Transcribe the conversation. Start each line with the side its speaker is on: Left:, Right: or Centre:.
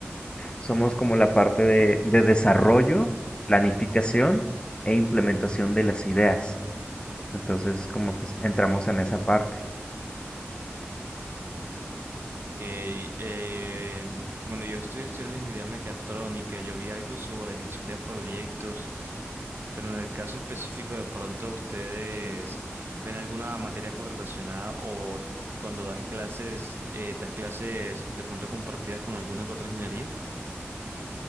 Left: Somos como la parte de, de desarrollo, planificación e implementación de las ideas. Entonces, como que entramos en esa parte.
Right: Ok, eh, bueno, yo estoy estudiando ingeniería mecatrónica, yo vi algo sobre gestión de proyectos, pero en el caso específico de pronto ustedes ven alguna materia correlacionada o cuando das clases, eh, das clases de pronto compartidas con alguna que otra ingeniería.